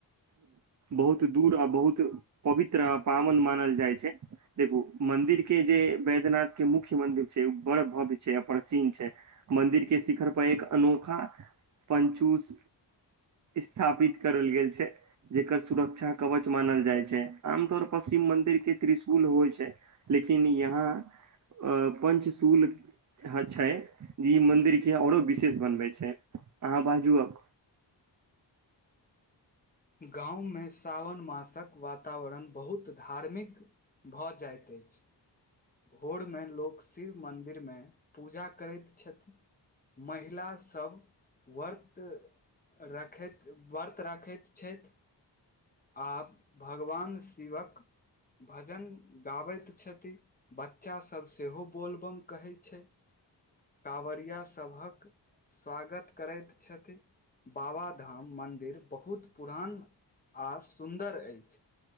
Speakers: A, on the right (about 45°); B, on the left (about 20°).
A: बहुत दूर आ बहुत पवित्र आ पावन मानल जाइ छै देखू मंदिर के जे वैद्यनाथ के मुख्य मंदिर छै ओ बड़ भव्य छै अपन चिन्ह छै मन्दिर के शिखर पर एक अनोखा पञ्चुस स्थापित करल गेल छै जेकर सुरक्षा कवच मानल जाइ छै आमतौर प शिव म मन्दिर के त्रिशुल होइ छै लेकिन यहाँ पंचशूल छै ज मंदिर के औरो विशेष बनवे छै अहाँ बाजू अब
B: गाममे सावन मासक वातावरण बहुत धार्मिक भऽ जाइत अछि भोरमे लोक शिव मन्दिरमे पूजा करैत छथि महिलासभ व्रत रखैत व्रत रखैत छैथ आ भगवान शिवक भजन गाबैत छथि बच्चासभ सेहो बोलबम कहै छै काँवड़िया सभक स्वागत करैत छथि बाबाधाम मन्दिर बहुत पुरान आ सुन्दर अछि